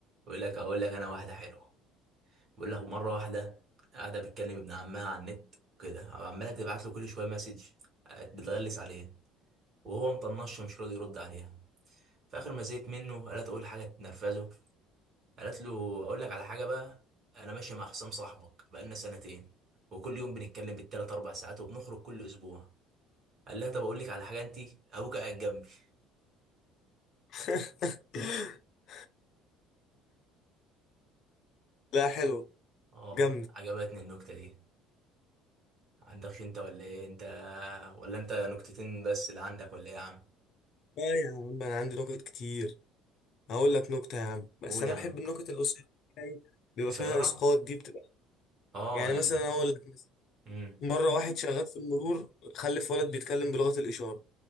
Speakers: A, on the right; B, on the left.
A: اقول لك اقول لك انا واحدة حلوة بقول له مره واحده قاعده بتكلم ابن عمها على النت وكده وعماله تبعت له كل شويه مسج بتغلس عليه وهو مطنشه مش راضي يرد عليها في اخر ما زهقت منه قالت اقول حاجه تنرفزه قالت له اقول لك على حاجه بقى انا ماشي مع حسام صاحبك بقالنا سنتين وكل يوم بنتكلم بالتلات اربع ساعات وبنخرج كل اسبوع قال لها طب اقول لك على حاجه انت ابوك قاعد جنبي
B: <laughs> لا حلو
A: اه
B: جامد
A: عجبتني النكته دي عندكش انت ولا ايه انت ولا انت نكتتين بس اللي عندك ولا ايه يا عم
B: لا يا عم انا عندي نكت كتير هقول لك نكته يا عم بس
A: قول
B: انا
A: يا
B: بحب
A: عم
B: النكت القصيره بيبقى
A: قصيرة
B: فيها اسقاط دي بتبقى
A: اه
B: يعني
A: ال...
B: مثلا اقول لك مثلا
A: مم.
B: مره واحد شغال في المرور خلف ولد بيتكلم بلغه الاشاره